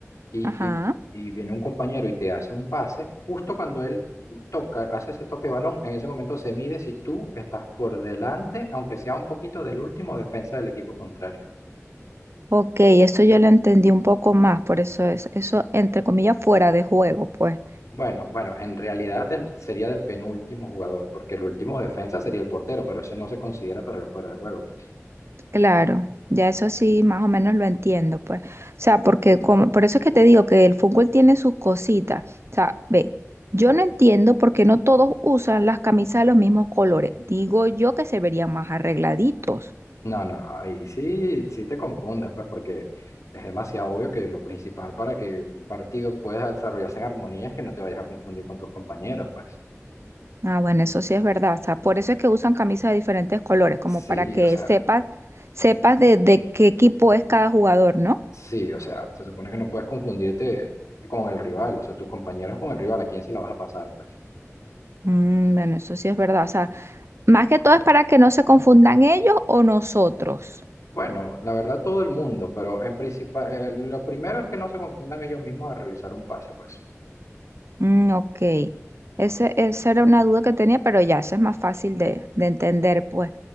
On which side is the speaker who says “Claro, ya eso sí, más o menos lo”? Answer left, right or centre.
Right